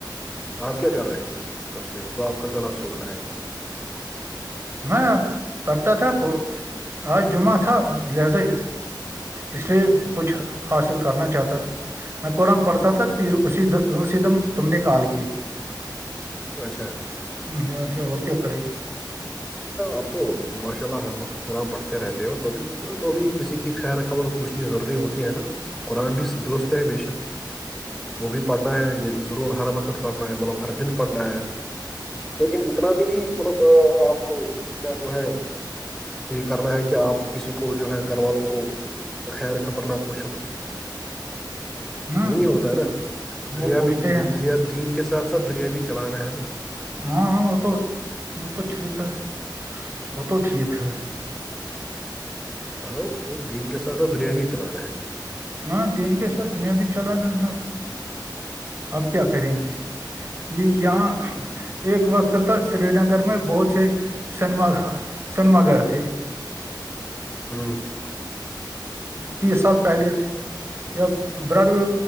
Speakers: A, in the centre; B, on the right (about 30°).
A: آپ کیا کر رہے تھے تب سے تو آپ کا گلا سوکھ رہا ہے
B: میں کرتا تھا اج جمعہ تھا لہذا اس لیے کچھ حاصل کرنا چاہتا تھا میں کوورم پڑتا تھا اسی اسی دم تم نے کال کی
A: اچھا
B: ج ہو اور کیا کری ہے
A: آپ تو ماشاء اللہ ہر وقت گرآام پڑھتے رہتے ہو تو ابھی تو ابھی کسی کی خیر خبر موشنی ضروری ہوتی ہے نا قرآن بھی درست ہے بے شک وہ بھی پڑھنا ہے ضرور ہر وقت پڑھنا ہے مطلب ہر دن پڑھنا ہے لیکن اتنا بھی نہیں مطلب آپ کو اپنا جو ہے یہ کرنا ہے کہ آپ کسی کو جو ہے گھر والوں کو خیر خبر نہ پوچھو
B: نا
A: یہ نہیں ہوتا ہے نا دنیا
B: وہ پوچھتے
A: بھی دنیا
B: ہیں
A: دین کے ساتھ ساتھ دنیا بھی چلانا ہے نا
B: ہاں ہاں وہ تو وہ تو ٹھیک ہے وہ تو ٹھیک ہے
A: ہاں وہ دین کے ساتھ ساتھ دنیا بھی چلانا ہے
B: ہاں دین کے ساتھ دنیا بھی چلا نا تھا اب کیا کریں گے یہ یہاں ایک وقت تو سری نگر میں بہت سے سنما سنما گھر تھے
A: ہوں
B: تیس سال پہلے تھے یا براڈ و